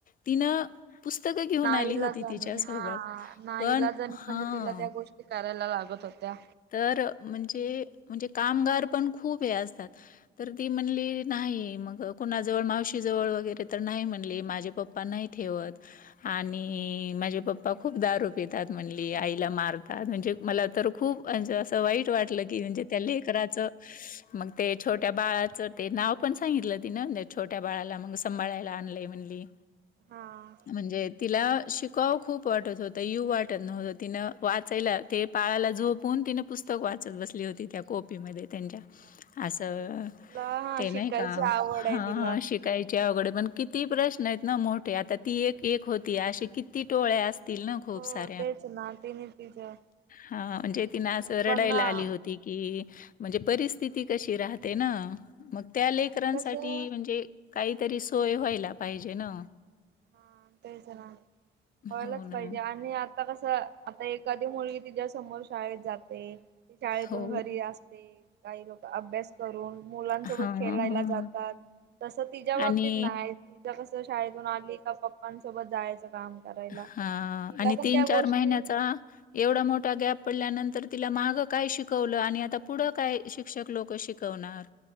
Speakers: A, on the left; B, on the right.
A: तिनं पुस्तकं घेऊन
B: नाईलाजाणे
A: आली होती तिच्यासोबत.
B: हा नाईलाजणी
A: पण हां.
B: म्हणजे तिला त्या गोष्टी करायला लागत होत्या
A: तर म्हणजे म्हणजे कामगार पण खूप हे असतात तर ती म्हणली नाही मग कुणाजवळ मावशी जवळ वगैरे तर नाही म्हटले. माझे पप्पा नाही ठेवत आणि माझे पप्पा खूप दारू पितात म्हणली आईला मारतात म्हणजे मला तर खूप अ वाईट वाटलं की म्हणजे त्या लेकराचं मग ते छोट्या बाळाचं ते नाव पण सांगितलं तिंन. छोट्या बाळाला मग सांभाळायला आणलंय म्हणली.
B: हा
A: म्हणजे तिला शिकाव खूप वाटत होतं यू वाटत नव्हतं तिनं वाचायला ते बाळाला झोपून तिने पुस्तक वाचत बसली होती त्या कोपीमध्ये. त्यांच्या
B: तिला
A: असं
B: हा
A: ते नाही
B: शिकायची
A: का
B: आवड आहे तिला.
A: शिकायची आवड पण किती प्रश्न आहेत ना मोठे आता ती एक एक होती अशी किती टोळ्या असतील. तील ना खूप
B: हो
A: साऱ्या
B: तेच ना तिने तिचं
A: हा म्हणजे, तिन
B: सर्वांना
A: असं रडायला
B: हो
A: आली होती की म्हणजे परिस्थिती कशी राहते ना. मग त्या लेकरांसाठी
B: आणि कसं
A: म्हणजे, काहीतरी सोय व्हायला पाहिजे ना.
B: हा तेच ना व्हायलाच
A: हो ना.
B: पाहिजे आणि आत आता कसं आता एखादी मुलगी तिच्या समोर शाळेत जाते. शाळेतून
A: हो.
B: घरी असते काही लोक अभ्यास करून मुलांसोबत
A: हां.
B: खेळायला जातात. तसं तिच्या बाबतीत
A: आणि
B: नाही, तिच्या कसं शाळेतून आली का पप्पांसोबत जायचं. काम करायला.
A: हा
B: तिला
A: आणि
B: पण
A: तीन
B: त्या गोष्टी
A: चार महिन्याचा एवढा मोठा गॅप पडल्यानंतर तर तिला मागं काय शिकवलं आणि आता पुढं काय शिक्षक लोक शिकवणार.